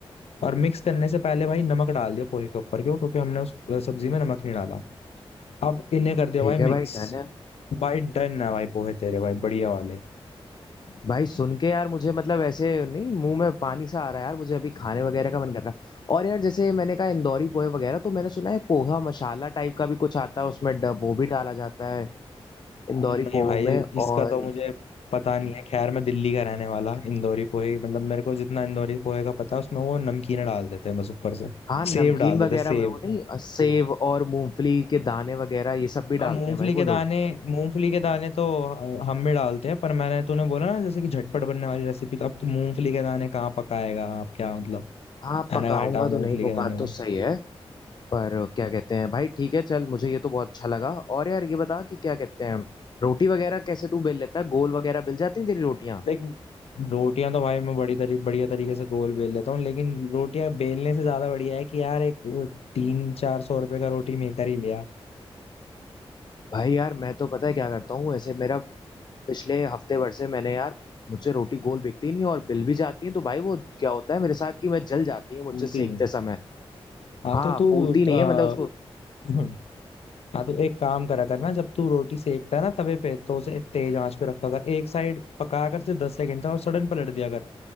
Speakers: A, on the left (about 75°); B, on the left (about 45°).
A: और मिक्स करने से पहले भाई नमक डाल दियो पोहे के ऊपर क्यों क्योंकि हमने उस सब्जी में नमक नहीं डाला अब इन्हें कर दिया
B: ठीक
A: भाई
B: है
A: मिक्स
B: भाई डन है
A: भाई डन है भाई पोहे तेरे भाई बढ़िया वाले
B: भाई सुन के यार मुझे मतलब ऐसे नहीं मुंह में पानी सा आ रहा है यार मुझे अभी खाने वगैरह का मन कर रहा है और यार जैसे मैंने कहा इंदौरी पोहे वगैरह तो मैंने सुना है पोहा मसाला टाइप का भी कुछ आता है उसमें ड- वो भी डाला जाता है इंदौरी
A: नहीं
B: पोहे
A: भाई
B: में
A: इसका
B: और
A: तो मुझे पता नहीं है खैर मैं दिल्ली का रहने वाला इंदौरी पोहे मतलब मेरे को जितना इंदौरी पोहे का पता है उसमें वो नमकीन डाल देते हैं बस ऊपर से
B: हाँ नमकीन
A: सेव डाल देते
B: वगैरह
A: हैं सेव
B: वो नहीं सेव और मूंगफली के दाने वगैरह ये सब भी डालते
A: हाँ मूंगफली
B: हैं भाई
A: के
B: वो लोग
A: दाने मूंगफली के दाने तो ह- हम भी डालते हैं पर मैंने तूने बोला ना जैसे कि झटपट बनने वाली रेसिपी तो अब तू मूंगफली के दाने कहाँ पकाएगा आप क्या मतलब
B: हाँ
A: मैंने
B: पकाऊंगा
A: कहा हटा मूंगफली
B: तो नहीं वो
A: के दाने
B: बात तो सही है पर क्या कहते हैं भाई ठीक है चल मुझे ये तो बहुत अच्छा लगा और यार ये बता कि क्या कहते हैं रोटी वगैरह कैसे तू बेल लेता है गोल वगैरह बेल जाती हैं तेरी रोटियां
A: देख रोटियां तो भाई मैं बड़ी तरी बढ़िया तरीके से गोल बेल लेता हूँ लेकिन रोटियां बेलने से ज्यादा बढ़िया है कि यार एक अ, तीन चार सौ रुपए का रोटी मेकर ही लिया
B: भाई यार मैं तो पता है क्या करता हूँ ऐसे मेरा पिछले हफ्ते भर से मैंने यार मुझसे रोटी गोल बिकती नहीं और बिल भी जाती है तो भाई वो क्या होता है मेरे साथ कि मैं जल जाती हूँ मुझसे
A: भूलती
B: सेकते
A: नहीं
B: समय
A: हाँ
B: हाँ
A: तो तू
B: फूलती नहीं
A: आ,
B: है मतलब उसको
A: <clears throat> हाँ तो एक काम करा कर ना जब तू रोटी सेकता है ना तवे पे तो उसे तेज आंच पे रखा कर एक साइड पका कर सिर्फ दस सेकंड तक और सडन पलट दिया कर